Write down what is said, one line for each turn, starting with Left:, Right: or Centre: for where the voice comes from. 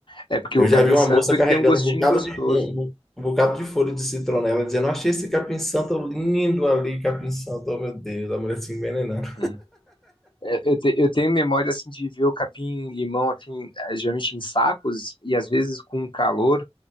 Left: é porque
Centre: Eu
Left: o
Centre: já
Left: capim-santo
Centre: vi uma moça
Left: ele
Centre: carregando
Left: tem um gostinho
Centre: um bocado
Left: gostoso.
Centre: de, um, um um bocado de folha de citronela, dizendo: Achei esse capim-santo lindo ali, capim-santo, oh meu Deus, a mulher se envenenando.
Left: Uhum. É, Eu, te- eu tenho memória assim de ver o capim-limão assim, eh, geralmente em sacos e às vezes com calor.